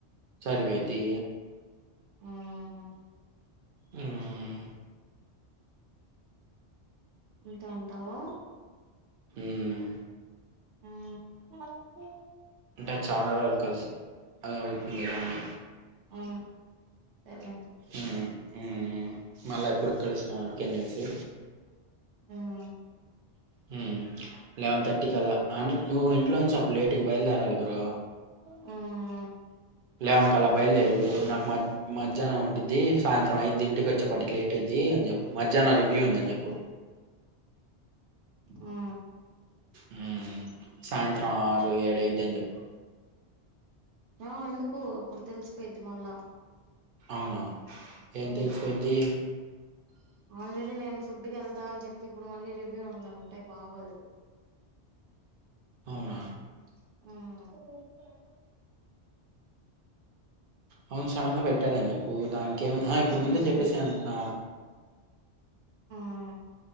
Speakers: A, on the right (about 60°); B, on the right (about 85°).
A: సరిపెద్దీ
B: హ్మ్ హు
A: మ్మ్మ్మ్
B: ఇంక అంటావూ
A: మ్మ్మ్మ్
B: మ్మ్మ్మ్
A: అంటే చాలా రోలు కల్సి అల అవుతుంది కద అని
B: మ్మ్ అంతేలే
A: ఉమ్ ఉమ్ మళ్ళా ఎప్పుడిక్ కలుస్తామో ఎవడికేం తెలుసు
B: మ్మ్
A: మ్మ్మ్మ్ లెవెన్ థర్టీకి అల అంటే నువ్వు ఇంట్లో నుంచి అపు లేటుగ బయలుదేరాలి బ్రో
B: మ్మ్మ్
A: లెవెన్ కల బయల్ దేర్ నువ్వు నాకు మ మధ్యాహ్నం ఉండిద్ది సాయంత్రం అయిద్ది ఇంటికొచ్చేపాటికి లేట్ అయిద్ది అని చెప్పు మధ్యాహ్నం రివ్ వ్యూ ఉంది అని చెప్పు
B: మ్మ్
A: మ్మ్మ్మ్ సాయంత్రం ఆరు ఏడయిద్ది అని చెప్పు
B: ఆ ఎందుకు ఇప్పుడు తెల్సిపోయిద్ది మళ్ళా
A: అవునా ఏం
B: మ్మ్మ్మ్
A: తెలిసిపోయిద్ది
B: ఆల్ లి నేన్ ఫుడ్కి ఎళ్తా అని చెప్పి ఇప్పుడు మళ్ళీ రివ్యూ ఉందంటే బాగోదు
A: అవునా
B: మ్మ్మ్మ్
A: అవును సడన్గా పెట్టారని చెప్పు దానికెం ఆహా ఇప్పుడు
B: వస్తున్నా
A: ముందే
B: వస్తున్నా
A: చెప్పేసె అంట్న
B: ఆ